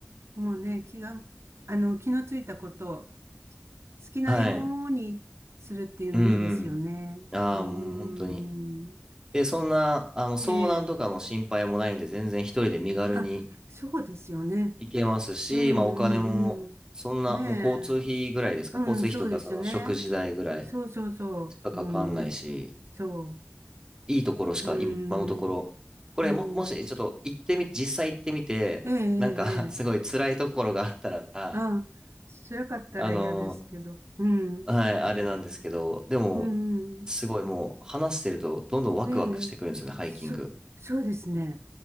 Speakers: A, on the right; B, on the right.
A: もうね、気が、あの、気のついたことを好きなようにするっていうのいいですよね。
B: はい。うんうん。ああ、
A: うーん。
B: もう本当に。で、そんな、あの、遭難とかの心配もないんで、
A: ええ。
B: 全然一人で身軽に
A: あ、そうですよね。
B: 行けますし、
A: うん
B: まあお金も、
A: うんうん。
B: そんな、
A: ね
B: もう交通費ぐらいですか、
A: え。うん、
B: 交通費とかその食事代ぐらい。
A: そうですよね。そうそうそう。
B: しかかかんないし、
A: うん。そ
B: いいところしか今のところ、
A: う。うーん。
B: これも、
A: うん。
B: もしちょっと行ってみ、実際行ってみて、
A: ええ、ええ、
B: なんか <laughs>
A: ええ。
B: すごい辛いところがあったら、
A: あ、辛かったら嫌ですけど。
B: あの、
A: うん。
B: はい、あれなんですけど、でも、
A: うん、うん。
B: すごいもう話してるとどんどんワクワクしてくるんですよね、
A: ええ、
B: ハイキング。
A: そ、そうですね。